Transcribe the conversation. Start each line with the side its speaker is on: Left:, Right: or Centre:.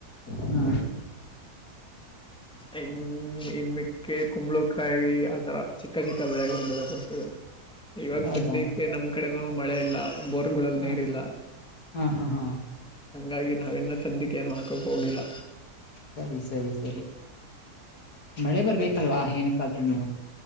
Left: ಹಾ
Centre: ಇನ್ ಇನ್ ಮಿಕ್ಕೆ ಕುಂಬಳ ಕಾಯಿ ಆತರ ಚಿಕ್ಕ ಚಿಕ್ಕ ಬೆಳೆ ಬೆಳಕೊತವಿ ಇವಾಗ
Left: ಹೌದಾ
Centre: ಸದ್ಯಕ್ಕೆ ನಮ್ ಕಡೆನೂ ಮಳೆ ಇಲ್ಲ ಬೋರ್ಗಳಲ್ಲಿ
Left: ಹ
Centre: ನೀರಿ ಇಲ್ಲ
Left: ಹಾ ಹಾ ಹಾ
Centre: ಹಾಗಿ ನಾಾವನ್ನ ಶ್ರದ್ದಿಕ ನಕಪೋಗಿಲ್ಲ
Left: ಸರಿ ಸರಿ ಸರಿ ಮಳೆ ಬರ್ಬೇಕಲ್ವಾ ಏನಕ್ಕಾದ್ರುನು